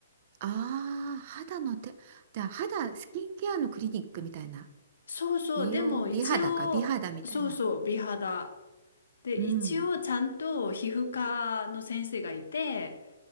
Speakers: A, on the right; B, on the left.
A: ああー、肌の手、じゃあ肌、スキンケアのクリニックみたいな。
B: そうそう、
A: 美容、
B: でも一応、
A: 美肌か、美肌みたいな。
B: そうそう、美肌。で、
A: うん
B: 一応ちゃんと皮膚科の先生がいて、